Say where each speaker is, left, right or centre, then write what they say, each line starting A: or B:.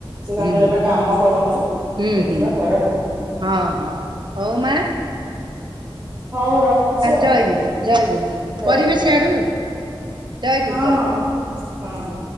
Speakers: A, on the right; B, on the right.
A: ସେ
B: ହୁଁ
A: ତାଙ୍କର ଏବେ କାମ କରନ୍ତୁ
B: ହୁଁ
A: ଦେଖିବା
B: ହୁଁ
A: ପରେ ହଁ।
B: ହଁ ହଁ ହଉ ମା।
A: ହଉ ରଖୁଛି ଆଉ
B: ଜୟ ଗୁରୁ ଜୟ ଗୁରୁ
A: ଯୟ
B: କରିବେ
A: ଗୁରୁ ହଉ।
B: ସିଆଡୁ ଜୟ ଗୁରୁ
A: ହଁ
B: ଜୟ
A: ହଁ
B: ଗୁରୁ।
A: ମୁଁ ହୁଁ।